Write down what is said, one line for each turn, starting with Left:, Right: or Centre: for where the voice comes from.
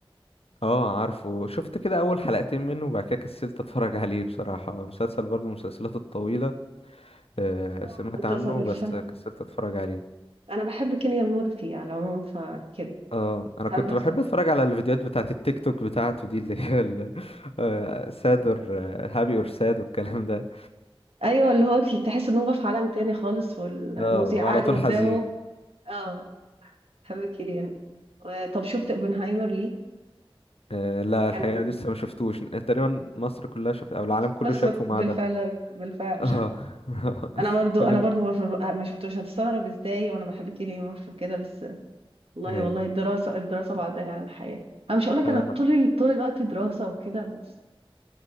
Left: اه عارفه شفت كده اول حلقتين منه وبعد كده كسلت اتفرج عليه بصراحة مسلسل برضه من المسلسلات الطويلة آه،
Right: آه،
Left: سمعت
Right: انت
Left: عنه
Right: ص- بالفعل
Left: بس كسلت اتفرج عليه
Right: انا بحب كيليان مورفي على العموم فكده
Left: اه انا
Right: بحب
Left: كنت
Right: بس
Left: بحب اتفرج على الفيديوهات بتاعت التيك توك بتاعته دي اللي هي ال- آه، ساد اور هابي اور ساد والكلام ده
Right: ايوه اللي هو تحس انه هو في عالم تاني خالص والمذيع
Left: اه وعلى
Right: قاعد
Left: طول
Right: قدامه
Left: حزين
Right: اه بحب كيليان و- طب شفت اوبنهايمر ليه
Left: آه لا
Right: كان
Left: الحقيقة لسه ما شفتوش تقريبا مصر كلها شافت أو العالم كله
Right: مسرق
Left: شافه ما
Right: بالفعل
Left: عدا
Right: بالفعل
Left: أنا اه
Right: انا برضو
Left: <laughs> كلنا
Right: انا برضو مورفر ما شفتوش هتستغرب ازاي وانا بحب كيليان مورفي كده بس والله
Left: أيوه
Right: والله الدراسه الدراسه بعدنا عن الحياه انا مش هقول لك
Left: أنا
Right: انا طول ال- طول الوقت دراسه وكده بس